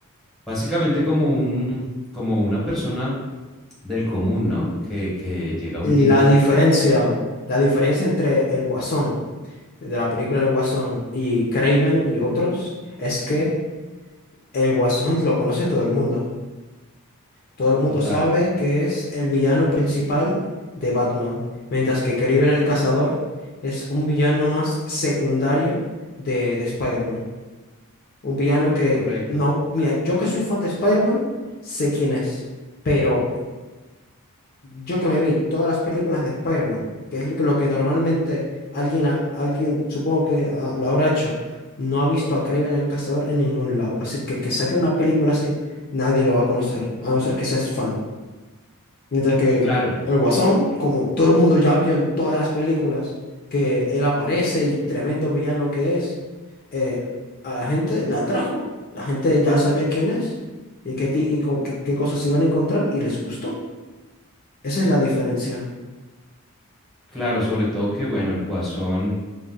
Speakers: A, in the centre; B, on the left (about 40°).
A: básicamente como un, como una persona del común, ¿no? Que, que llega a
B: La
A: un límite.
B: diferencia, la diferencia entre el Guasón, de la película El Guasón, y Craven y otros, es que el Guasón lo conoce todo el mundo. Todo el mundo
A: Total,
B: sabe que es el villano principal de Batman, mientras que Craven el Cazador es un villano más secundario de, de Spider-Man. Un villano que,
A: correcto.
B: no, mira, yo que soy fan de Spider-Man, sé quién es, pero Yo que me vi todas las películas de Spider-Man, que es lo que, lo que normalmente alguien, ha- alguien supongo que ah, lo habrá hecho, no ha visto a Kraven el Cazador en ningún lado. Así que que saque una película así, nadie lo va a conocer, a no ser que seas fan. Mientras que
A: Claro,
B: el Guasón, como todo el mundo ya vio en todas las películas, que él aparece y tremendo villano que es, eh, a la gente la atrajo, la gente ya sabía quién es y qué, ti- y co- qué qué cosas se iban a encontrar y les gustó. Esa es la diferencia.
A: claro, sobre todo que, bueno, el guasón,